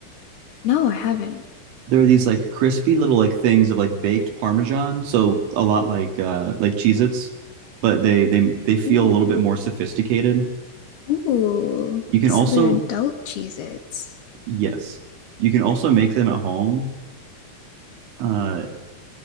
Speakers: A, on the left; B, on the right.
A: No, I haven't.
B: there are these like crispy little like things of like baked Parmesan, so a lot like uh like Cheez-Its, but they they they feel
A: Ooh.
B: a little bit more sophisticated.
A: Ooh.
B: You can
A: So
B: also
A: they're adult Cheez-Its.
B: yes, you can also make them at home. Uh,